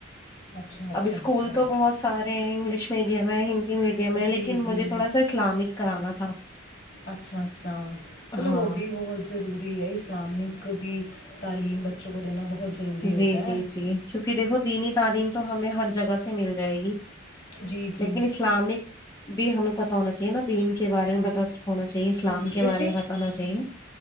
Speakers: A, on the left; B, on the left.
A: اچھا اچھا
B: ابھی اسکول
A: اچھا
B: تو بہت سارے ہیں انگلش میڈیم ہے ہندی میڈیم ہے لیکن
A: جی جی
B: مجھے تھوڑا سا اسلامک کرانا تھا
A: اچھا اچھا چلو
B: ہاں
A: وہ بھی بہت ضروری ہے اسلامک بھی تعلیم بچوں کو دینا بہت ضروری ہوتا
B: جی
A: ہے
B: جی جی کیونکہ دیکھو دینی تعلیم تو ہمیں ہر جگہ سے مل جائے گی
A: جی جی
B: لیکن اسلامک بھی ہمیں پتا ہونا چاہے نا دین کے بارے
A: ج
B: میں پتہ ہونا چاہیے اسلام
A: جی
B: کے
A: ویسے
B: بارے میں پتہ ہونا چاہیے